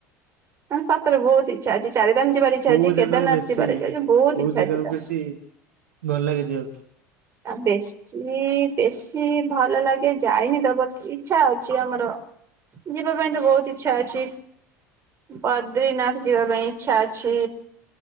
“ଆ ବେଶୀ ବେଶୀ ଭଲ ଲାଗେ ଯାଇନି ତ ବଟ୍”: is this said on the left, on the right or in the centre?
Right